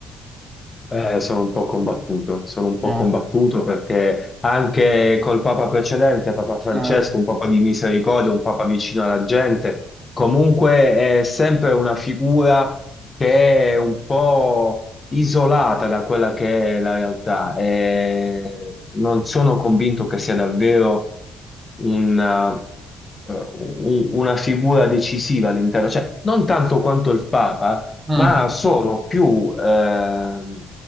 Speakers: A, on the left (about 25°); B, on the right (about 20°).
A: Eh, sono un po' combattuto, sono un po'
B: Eh,
A: combattuto perché anche col Papa precedente, Papa Francesco,
B: eh,
A: un Papa di misericordia, un Papa vicino alla gente, comunque è sempre una figura che è un po' isolata da quella che è la realtà e non sono convinto che sia davvero una, eh, un- una figura decisiva all'interno, cioè non tanto quanto il Papa
B: mm.
A: ma sono più ehm,